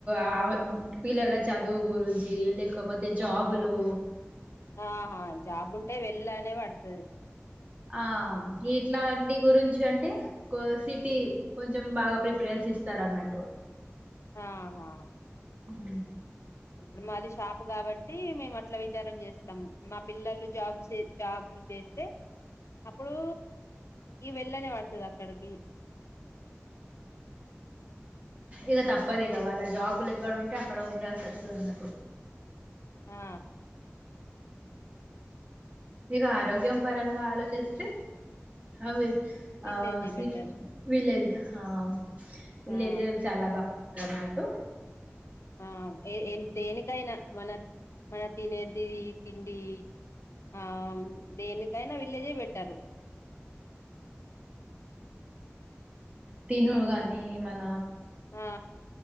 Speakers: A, on the right; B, on the left.
A: ఆ పిల్లల చదువు గురించి లేకపోతే జాబ్లు
B: ఆహా జాబ్ ఉంటే వెళ్ళనే పడుతది
A: ఆ ఇట్లాంటి గురించి అంటే కో సిటీ కొంచం కొంచెం బాగా ప్రిఫరెన్స్ ఇస్తారు అన్నట్టు
B: ఆహా
A: ఉ
B: ఇప్పుడు మాది షాప్ కాబట్టి మేము అట్లా విచారం చేస్తాము మా పిల్లలు జాబ్ జాబ్లు చేస్తే అప్పుడు ఈ వెళ్ళనే పడుతది అక్కడికి
A: ఇక తప్పదు ఇక వాళ్ళ జాబులు ఎక్కడ ఉంటే అక్కడ ఉండాల్సి వస్తది అన్నట్టు
B: ఆ
A: ఇక ఆరోగ్యం పరంగా ఆలోచిస్తే అవి
B: విల్లేజే
A: ఆ సి
B: బెటర్
A: విలేజ్ ఆ విలేజె
B: ఆ
A: చాలా బా కర్ణటు
B: ఆ ఏ ఏ దేనికైనా మన మన తినేది తిండి ఆ దేనీకైనా విలేజే బేట్టారు
A: తినుడు గాని మన
B: ఆ